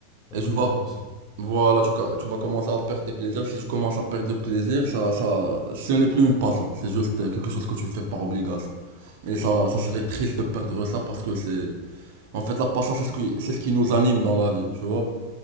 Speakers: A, on the left (about 25°); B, on the right (about 50°).
A: on perd
B: Et
A: le
B: tu
A: plaisir
B: vas,
A: de cette chose.
B: voilà, tu, ca- tu vas commencer à perdre tes plaisirs. Si tu commences à perdre le plaisir, ça, ça, ce n'est plus une passion. C'est juste euh, quelque chose que tu fais par obligation. Et ça,
A: Ouais.
B: ça serait triste de perdre ça parce que c'est, en fait, la passion, c'est ce qui, c'est ce qui nous anime dans la vie, tu vois.